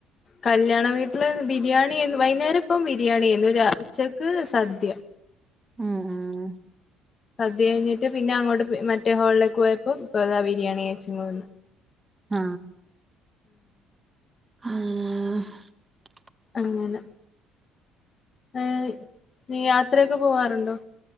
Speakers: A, on the left (about 40°); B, on the right (about 20°).
A: കല്ല്യാണ വീട്ടില് ബിരിയാണി യേന്ന് വൈകുന്നേരം ഇപ്പം ബിരിയാണിയേഴ്ന്ന് രാ ഉച്ചക്ക് സദ്യ
B: ഉം
A: സദ്യ കഴിഞ്ഞിട്ട് പിന്നെ അങ്ങോട്ട് പോയ് മറ്റേ ഹോളിലേക്ക് പോയപ്പോ ഇപ്പദാ ബിരിയാണി കഴിച്ചിങ്ങുവന്ന്
B: ആ ആ <unintelligible>
A: അങ്ങനെ ഏയ് നീ യാത്രയൊക്കെ പോവാറുണ്ടോ